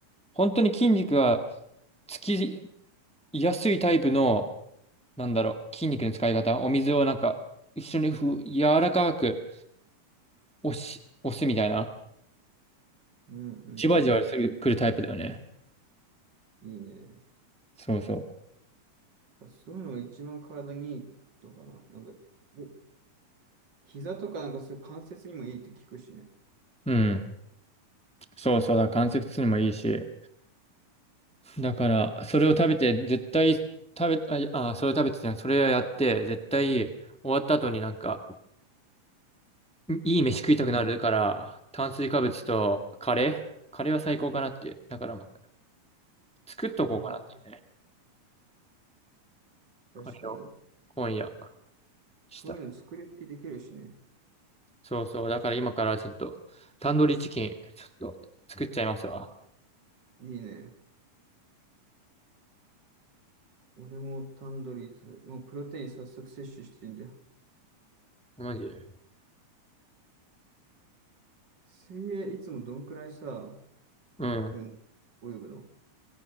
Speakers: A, in the centre; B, on the right (about 35°).
A: 本当に筋肉がつきやすいタイプの、なんだろう、筋肉の使い方、お水をなんか一緒にふ、柔らかく押し、押すみたいな。
B: うんうんうん。
A: じわじわする、来るタイプだよね。
B: いいね。やっ
A: そうそ
B: ぱそういうのが一番体にいいとかな。なんか、お膝とかなんかそういう関節にもいいって聞くしね。
A: う。うん。そうそうだ。関節痛にもいいし。だから、それを食べて、絶対、食べ、あ、あ、それを食べてじゃないそれをやって、絶対、終わった後になんか、いい飯食いたくなるから、炭水化物とカレーカレーは最高かなっていう。だからもう、作っとこうかなっていうね。
B: うん。確かに。
A: カレーを、今夜、
B: そういうの作り置きできるしね。
A: したい。そうそう。だから今からちょっと、タンドリーチキン、ちょっと、作っちゃいますわ。
B: いいね。俺もタンドリー食べ、もうプロテイン早速摂取してんじゃん。
A: マジで。
B: 水泳いつもどんくらいさ、
A: うん。
B: うん、泳ぐの